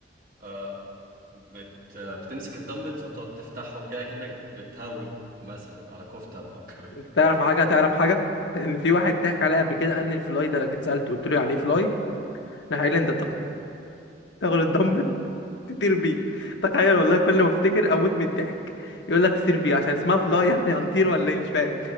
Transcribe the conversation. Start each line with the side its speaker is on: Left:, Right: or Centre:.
Right: آه بت... بتمسك الدمبلز وتقعد تفتحهم كده كأنك بتهوي مثلا على كفتة او كده <laughs>
Left: انت تعرف حاجة تعرف حاجة لان في واحد ضحك عليا قبل كده قال لي الفلاي ده لو جيت سألته قلت له يعني ايه فلاي راح قال لي انت تاخد تاخد الدمبل <laughs> تطير بيه تخيل والله كل ما افتكر اموت من الضحك يقول لك تطير بيه عشان اسمها فلاي <laughs> يعني هنطير ولا ايه مش فاهم